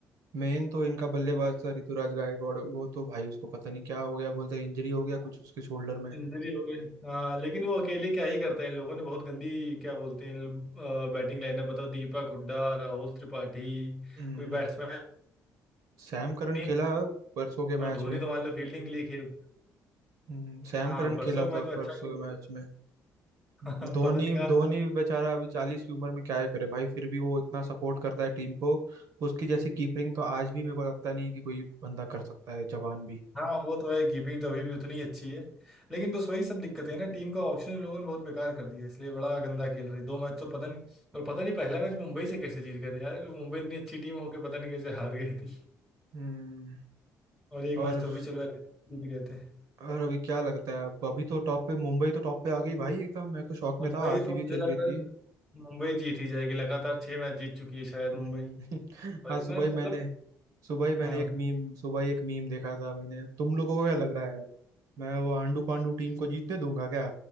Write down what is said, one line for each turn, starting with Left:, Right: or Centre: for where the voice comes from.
Right: मेन तो इनका बल्लेबाज था ऋतुराज गायकवाड़ वो तो भाई उसको पता नहीं क्या हो गया बोलते इंजरी हो गया कुछ उसके शोल्डर में
Centre: इंजरी हो गई हाँ लेकिन वो अकेले क्या ही करते हैं इन लोगों ने बहुत गंदी क्या बोलते हैं बैटिंग लाइनअप बताओ दीपक हुड्डा राहुल त्रिपाठी
Right: हम्म,
Centre: कोई बैट्समैन
Right: सैम करन
Centre: नहीं
Right: खेला परसों के
Centre: और
Right: मैच
Centre: धोनी
Right: में
Centre: तो मान लो फील्डिंग के लिए खेल
Right: हम्म, सैम
Centre: हाँ
Right: करन
Centre: परसों
Right: खेला
Centre: के मैच
Right: था
Centre: में
Right: परसों
Centre: अच्छा खेल
Right: के मैच में
Centre: <laughs>
Right: हम्म,
Centre: हाँ,
Right: धोनी
Centre: पता नहीं कहाँ
Right: धोनी
Centre: इतना
Right: बेचारा अभी चालीस की उम्र में क्या ही करे भाई फिर भी वो इतना सपोर्ट करता है टीम को उसकी जैसी कीपिंग तो आज भी मेरे को लगता नहीं है कि कोई बंदा कर सकता है जवान भी
Centre: हाँ वो तो है कीपिंग तो अभी भी उतनी अच्छी है लेकिन बस वही सब दिक्कतें हैं ना टीम का ऑप्शन इन लोगों ने बहुत बेकार कर दिया है, इसलिए बड़ा गंदा खेल रही दो मैच तो पता नहीं और पता नहीं पहला मैच मुंबई से कैसे जीत गए थे यार ये लोग मुंबई इतनी अच्छी टीम होके पता नहीं कैसे हार गई थी
Right: हम्म
Centre: और एक
Right: और
Centre: मैच तो अभी चलो यार जीत गए थे
Right: और अभी क्या लगता है आपको अभी तो टॉप पे मुंबई तो टॉप पे आ गई भाई एकदम मैं तो शॉक में
Centre: मुंबई
Right: था आरसीबी
Centre: तो मुझे
Right: चल
Centre: लग
Right: रही थी
Centre: रहा है मुंबई जीत ही जाएगी लगातार छह मैच जीत चुकी है शायद मुंबई
Right: हम्म <laughs>
Centre: और
Right: आज
Centre: इतना
Right: सुबह ही
Centre: मतलब
Right: मैंने सुबह ही
Centre: हाँ
Right: मैंने एक मीम सुबह ही एक मीम देखा था मैंने तुम लोगों को क्या लग रहा है मैं वो आंडू पांडू टीम को जीतने दूंगा क्या